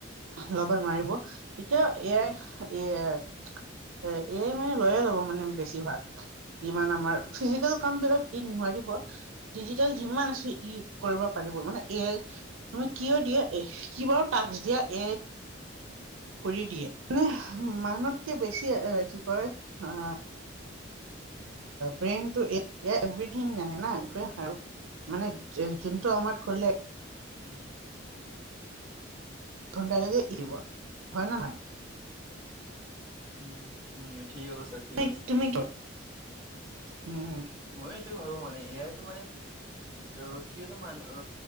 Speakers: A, on the right; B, on the right.
A: ল'ব নোৱাৰিব তেতিয়া এয়াই এ এ এ মানে লৈয়ে ল'ব মানে বেছিভাগ। যিমান আমাৰ, ফিজিকেল কাম বিলাক ই নোৱাৰিব। ডিজিটেল যিমান আছে ই কৰিব পাৰিব মানে এয়াই তুমি কিয় দিয়া এ কি বাৰু টাস্ক দিয়া এক কৰি দিয়ে মানে মানুহতকে বেছি কি কয় এৱ ব্ৰেইন টো এভৰিথিং নানে ন ই হ আৰু মানে যোনটো সময়ত খোলে
B: উম।
A: ঘণ্টা লাগে এনেকুৱা হয় নে নাই?
B: উম উম ঠিকে কৈছা। ঠিক কৈছা
A: এইড তুমি তৰ উম।
B: মই এইটো ভাবো মানে এ আইটো মানে অ কিহ তো মানে